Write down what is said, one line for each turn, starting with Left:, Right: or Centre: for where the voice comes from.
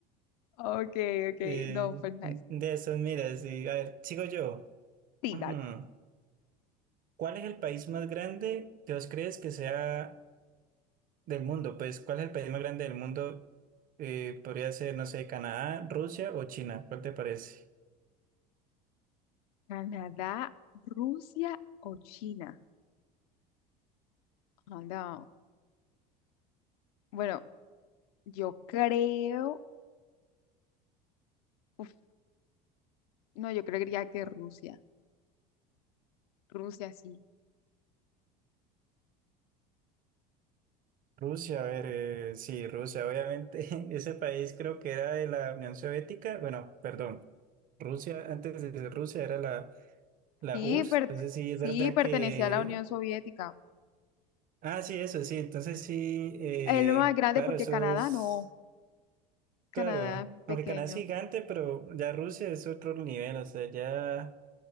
Left: Ok, ok.
Right: Eh,
Left: No, pues nice.
Right: de eso, mira, sí. A ver, sigo yo.
Left: Sí,
Right: Mm,
Left: dale.
Right: ¿Cuál es el país más grande que vos crees que sea del mundo? Pues, ¿cuál es el país más grande del mundo? Eh, podría ser, no sé, Canadá, Rusia o China. ¿Cuál te parece?
Left: Canadá, Rusia o China. Ah, no. Bueno, yo creo. uf, no, yo creería que Rusia. Rusia sí.
Right: Rusia, a ver, eh, sí, Rusia, obviamente. <laughs> Ese país creo que era de la Unión Soviética. Bueno, perdón. Rusia, antes de ser Rusia era la, la
Left: Sí,
Right: URSS.
Left: per-
Right: Entonces, sí,
Left: sí,
Right: es verdad
Left: pertenecía
Right: que
Left: a la Unión Soviética.
Right: Ah, sí, eso, sí. Entonces sí, eh,
Left: El más grande
Right: claro,
Left: porque
Right: eso
Left: Canadá
Right: es,
Left: no. Canadá
Right: claro,
Left: es pequeño.
Right: aunque Canadá es gigante, pero ya Rusia es otro nivel, o sea, ya,